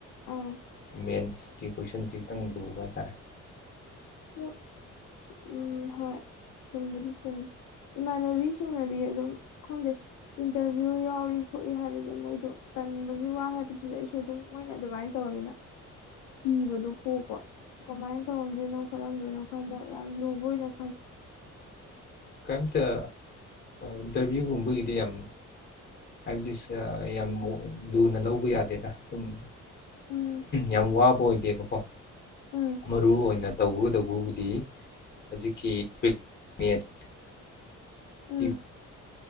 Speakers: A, on the left; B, on the left.
A: ꯑꯥ
B: ꯃꯦꯟꯁꯀꯤ ꯀꯣꯏꯁꯟꯁꯤ ꯈꯤꯇꯪ ꯂꯨꯕ ꯍꯥꯏꯇꯥꯔꯦ
A: ꯎ <unintelligible> ꯎꯝ ꯍꯣꯏ ꯆꯨꯝꯕꯨꯗꯤ ꯆꯨꯝꯃꯤ ꯏꯃꯥꯟꯅꯕꯤꯁꯤꯡꯅꯗꯤ ꯑꯗꯨꯝ ꯈꯪꯗꯦ ꯏꯟꯇꯔꯚꯤꯌꯨ ꯌꯥꯎꯔꯤ ꯈꯣꯠꯏ ꯍꯥꯏꯕꯗꯣ ꯃꯣꯏꯗꯣ ꯇꯟꯕꯒꯤ ꯋꯥ ꯍꯥꯏꯕꯗꯨꯗꯤ ꯑꯩꯁꯨ ꯑꯗꯨꯝ ꯃꯣꯏꯅ ꯑꯗꯨꯃꯥꯏꯅ ꯇꯧꯔꯃꯤꯅ ꯀꯤꯕꯗꯣ ꯄꯣꯛꯄ ꯀꯃꯥꯏꯅ ꯇꯧꯔꯝꯗꯣꯏꯅꯣ ꯈꯣꯠꯂꯝꯗꯣꯏꯅꯣ ꯈꯜꯂ ꯌꯥꯝ ꯂꯨꯕ ꯑꯣꯏꯔꯝ
B: ꯀꯩꯝꯇ ꯏꯟꯇꯔꯚꯤꯌꯨꯒꯨꯝꯕꯒꯤꯗꯤ ꯌꯥꯝ ꯍꯥꯏꯕꯗꯤ ꯌꯥꯝ ꯂꯨꯅ ꯂꯧꯕ ꯌꯥꯗꯦꯗ ꯑꯗꯨꯝ
A: ꯎꯝ
B: ꯌꯥꯝ ꯋꯥꯕ ꯑꯣꯏꯗꯦꯕꯀꯣ
A: ꯎꯝ
B: ꯃꯔꯨ ꯑꯣꯏꯅ ꯇꯧꯕ ꯀꯨꯗꯧꯕꯕꯨꯗꯤ ꯍꯧꯖꯤꯛꯀꯤ
A: <inaudible>
B: ꯃꯦꯠꯁ
A: ꯎꯝ
B: ꯄꯤꯕ